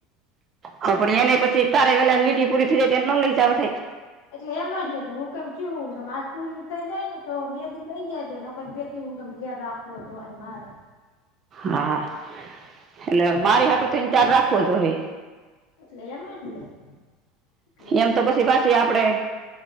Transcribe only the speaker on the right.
હા પણ એને પછી તારે વેલા લીલી પૂરી થઈ જાય તો એને ન લઈ જવા થાય.
હા, એટલે મારી
હાટું
થઈને
તારી રાખવો જોહે.
એમ
તો પછી પાછી આપડે,